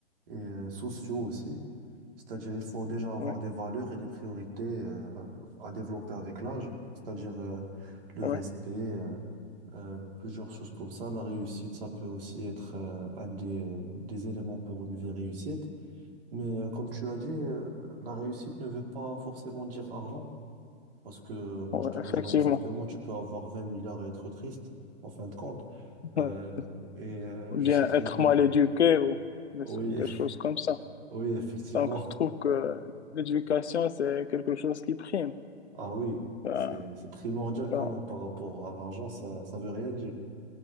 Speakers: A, on the right; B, on the left.
A: et, euh, sociaux aussi. C'est-à-dire, il faut déjà avoir
B: oui,
A: des valeurs et des priorités euh, à développer avec l'âge, c'est-à-dire euh, le
B: oui,
A: respect, euh, euh, plusieurs choses comme ça. La réussite, ça peut aussi être euh, un des, euh, des éléments pour une vie réussite. Mais euh, comme tu as dit, euh, la réussite ne veut pas forcément dire argent. Parce que moi,
B: oui,
A: je te rejoins
B: effectivement.
A: exactement. Tu peux avoir 20 milliards et être triste, en fin de compte.
B: <laughs>
A: Euh, et euh,
B: ou
A: je
B: bien
A: sais très
B: être
A: bien.
B: mal éduqué ou des,
A: Oui,
B: so-, des choses comme ça.
A: <laughs> oui, effectivement.
B: Donc, je trouve que l'éducation, c'est quelque chose qui prime.
A: Ah oui,
B: Ben,
A: c'est, c'est primordial quand
B: ben,
A: même par rapport à l'argent. Ça, ça veut rien dire.